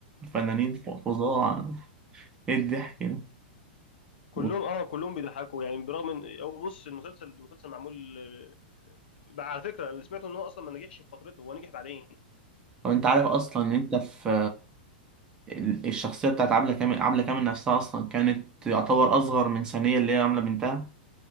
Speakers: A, on the right; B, on the left.
A: فنانين ف- فظاع ايه الضحك ده
B: كلهم
A: و-
B: اه كلهم بيضحكوا يعني برغم ان هو بص المسلسل المسلسل معمول آه، بقى على فكره اللي سمعته ان هو اصلا ما نجحش في فترته هو نجح بعدين
A: وانت عارف اصلا ان انت في ال- الشخصيه بتاعت عبله كامل عبله كامل نفسها اصلا كانت يعتبر اصغر من ثانيه اللي هي عامله بنتها